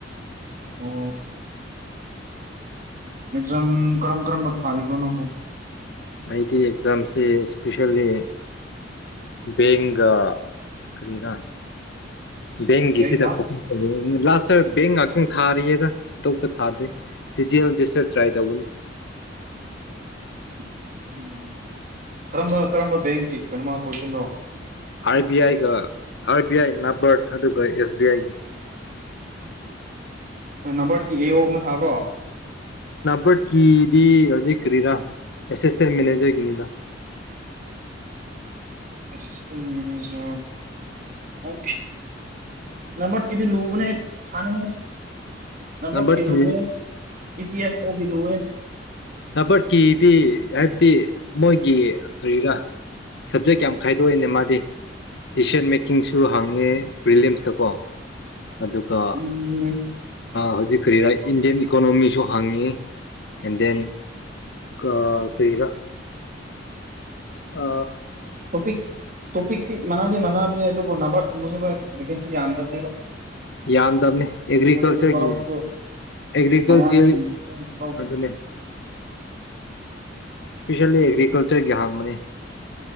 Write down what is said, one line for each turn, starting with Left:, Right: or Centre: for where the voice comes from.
Right: ꯑꯣ ꯑꯦꯖꯝ ꯀꯔꯝ ꯀꯔꯝꯕ ꯊꯥꯔꯤꯔꯤꯕꯣ ꯅꯪꯕꯨꯣ
Left: ꯑꯩꯗꯤ ꯑꯦꯛꯖꯥꯝꯁꯤ ꯏꯁꯄꯤꯁꯦꯜꯂꯤ ꯕꯦꯡꯒꯥ ꯀꯔꯤꯅ ꯕꯦꯡꯒꯤꯁꯤꯗ
Right: ꯕꯦꯡꯒ
Left: ꯐꯣꯀꯁ ꯇꯧ ꯂꯥꯁꯔ ꯕꯦꯡ ꯉꯍꯥꯛꯇꯪ ꯊꯥꯔꯤꯌꯦꯗ ꯑꯇꯣꯞꯄ ꯊꯥꯗꯦ ꯁꯤꯖꯤ ꯑꯃꯗꯤꯁꯔ ꯇ꯭ꯔꯥꯏ ꯇꯧꯕꯅꯤ
Right: <inaudible> ꯎꯝ ꯀꯔꯝꯕ ꯀꯔꯝꯕ ꯕꯦꯡꯀꯤ ꯀꯩꯅꯃ position to
Left: R B I ꯅꯕꯔꯠ ꯑꯗꯨꯒ ꯑꯦꯁ ꯕꯤ ꯑꯥꯏꯒꯤ
Right: ꯅꯝꯕꯔꯠꯀꯤ ꯑꯦ ꯑꯣ ꯑꯃ ꯊꯥꯕ꯭ꯔꯣ
Left: ꯚꯔꯠꯀꯤꯗꯤ ꯍꯧꯖꯤꯛ ꯀꯔꯤꯔꯥ ꯑꯦꯁꯤꯁꯇꯦꯟ ꯃꯦꯅꯦꯖꯔꯒꯤꯅꯤꯅ
Right: <inaudible> ꯑꯦꯇꯦꯟ ꯃꯅꯦꯖꯔ ꯑꯣ ꯅꯝꯕ ꯀꯗꯤ ꯂꯨꯕꯅꯦ ꯊꯥꯅꯤꯡꯗꯦ ꯅꯝꯕꯀꯤ
Left: ꯅꯥꯕꯔꯠꯀꯤ
Right: ꯂꯦ ꯏ ꯄꯤ ꯑꯦꯐ ꯑꯣꯒꯤ ꯂꯦ
Left: ꯕꯔꯀꯤꯗꯤ ꯍꯥꯏꯕꯗꯤ ꯃꯣꯏꯒꯤ ꯀꯔꯤꯔꯥ ꯁꯞꯖꯦꯛ ꯌꯥꯝ ꯈꯥꯏꯗꯣꯛꯏꯅꯦ ꯃꯥꯗꯤ ꯇꯤꯁꯟ ꯃꯦꯀꯤꯡꯁꯨ ꯍꯥꯡꯉꯦ ꯄ꯭ꯔꯤꯂꯤꯌꯝꯁꯇꯀꯣ ꯑꯗꯨꯒ
Right: ꯎꯝ
Left: ꯍꯧꯖꯤꯛ ꯀꯔꯤꯔ ꯏꯟꯗꯤꯌꯟ ꯏꯀꯣꯅꯣꯃꯤꯁꯨ ꯍꯪꯉꯤ ꯑꯦꯟ ꯗꯦꯟ ꯑ ꯀꯩꯔ ꯑ
Right: ꯇꯣꯄꯤꯛ ꯇꯣꯄꯤꯛꯇꯤ ꯃꯅꯥꯗꯤ ꯃꯅꯥꯅꯕꯅꯦ ꯑꯗꯨꯕꯨ ꯅꯕꯥꯠꯀꯨꯝꯕꯁꯤ ꯚꯦꯀꯦꯟꯁꯤ ꯌꯥꯝꯗꯕꯅꯦꯕ
Left: ꯌꯥꯝꯗꯕꯅꯤ ꯑꯦꯒ꯭ꯔꯤꯀꯜꯆꯔꯒꯤ
Right: ꯑꯗꯨꯒꯤ ꯀꯣꯔꯁꯇꯨ
Left: ꯑꯦꯒ꯭ꯀꯜꯆꯔꯦꯜ
Right: ꯃꯌꯥꯡꯁꯤꯡ ꯀꯟꯅ ꯂꯧꯈꯤꯕ
Left: ꯑꯗꯨꯅꯦ ꯏꯁꯄꯤꯁꯦꯜꯂꯤ ꯑꯦꯒ꯭ꯔꯤꯀꯜꯆꯔꯒꯤ ꯍꯥꯡꯕꯅꯤ